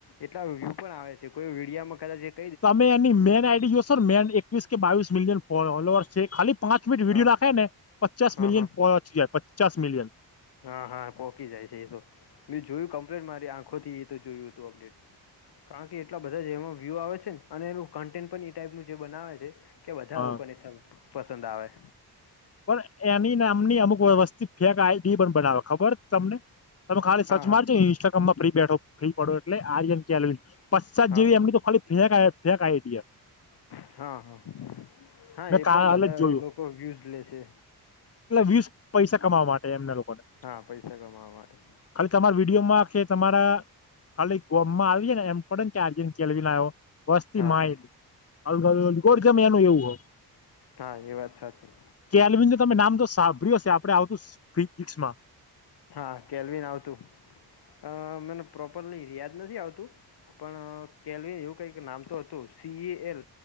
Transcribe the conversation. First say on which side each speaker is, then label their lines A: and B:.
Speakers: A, on the left; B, on the left.
A: એટલા વ્યૂ પણ આવે છે કોઈ વિડિયામાં કદાચ એક.
B: તમે એની મેન આઈડી જોશો ન મેન એકવીસ કે બાવીસ મિલિયન. ફોલોઅર્સ છે, ખાલી પાંચ મિનટ વિડીયો
A: હા
B: રાખે ને પચાસ
A: હા
B: મિલિયન
A: હા
B: પહોંચી જાય પચાસ મિલિયન.
A: હા હા પોકી જાય છે એ તો મે જોયુ કમ્પ્લેટ મારી આંખો થી એ તો જોયું હતું અપડેટ. કારણ કે એટલા બધા જ એમાં વ્યૂ આવે છે ને અને એનું કન્ટેન્ટ પણ એ ટાઈપનું જે બનાવે છે કે બધા
B: હા
A: લોકોને સાલું પસંદ આવે.
B: પણ એની નામની અમુક વ વસ્તી ફેક આઈડી પણ બનાવે ખબર તમને? તમે ખાલી
A: હા
B: સર્ચ
A: હા
B: મારજો ઇ ઇન્સ્ટાગ્રામમાં ફ્રી બેઠો ફ્રી પડો એટલે આર્યન કેલ્વિન. પચ્ચાસ
A: હા
B: જેવી એમની તો ખાલી ફેંક ફેંક આઇડી હ.
A: હમ્મ હમ્મ, હા
B: મેં
A: એ
B: કાલે
A: પણ બધા
B: જ જોયું
A: લોકો વ્યુઝ લેશે.
B: એટલે વ્યુસ પૈસા કમાવા માટે એમને લોકોને.
A: હા પૈસા કમાવવા માટે.
B: ખાલી તમારા વિડીયોમાં કે તમારા. ખાલી ગોમમાં આવી એને એમ પડે ને આર્યન કેલ્વિન આવ્યો. વસ્તી
A: હા
B: માય
A: હા
B: નહિ અલ અલગોરીધમ એનું એવું હ.
A: હા એ વાત સાચી.
B: કેલ્વિન તો તમે નામ તો સાંભળ્યું હશે આપણે આવતું ફિઝિક્સ માં.
A: હા કેલ્વિન આવતું, અ મન પ્રોપર યાદ નથી આવતું. પણ કેલ્વિન એવું કઈક નામ તો હતું સીએએલ.